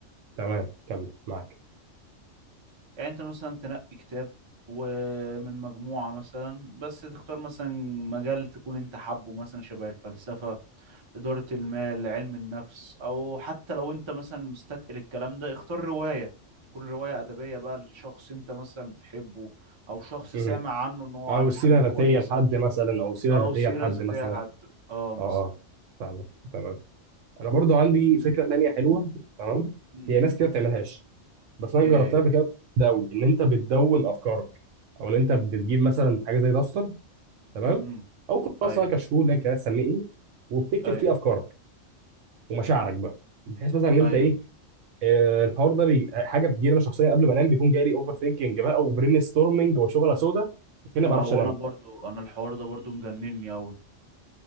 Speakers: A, on the right; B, on the right.
A: تمام كمل معاك
B: يعني انت مثلا تنقي كتاب ومن مجموعة مثلا بس تختار مثلا مجال تكون انت حابه مثلا شبه الفلسفة إدارة المال علم النفس او حتى لو انت مثلا مستثقل الكلام ده اختار رواية تكون رواية أدبية بقى لشخص انت مثلا بتحبه او شخص
A: مهم.
B: سامع عنه ان هو
A: او
B: عامل
A: سيره
B: حاجات
A: ذاتيه
B: كويسة
A: لحد مثلا او سيره
B: او
A: ذاتيه
B: سيره
A: لحد
B: ذاتيه
A: مثلا
B: لحد
A: اه
B: اه مثلا
A: آه. فاهمك تمام انا برضو عندي فكره تانية حلوه تمام
B: امم
A: هي ناس كده بتعملهاش بس انا
B: ايه
A: جربتها قبل كده ده قوي ان انت بتدون افكارك او ان انت بتجيب مثلا حاجه زي دفتر تمام
B: امم
A: او كراسه
B: ايوه
A: كشكول لك هتسميه ايه وبتكتب
B: ايوه
A: فيه افكارك ومشاعرك بقى بحيث مثلا ان انت
B: ايوه
A: ايه آه، الحوار ده بي... حاجه بتجيلي انا شخصيا قبل ما انام بيكون جاي لي اوفر ثينكينج بقى وبرين ستورمنج وشغله سودا فين ما
B: اه
A: بعرفش
B: وانا
A: انام
B: برضو انا الحوار ده برضو مجنني قوي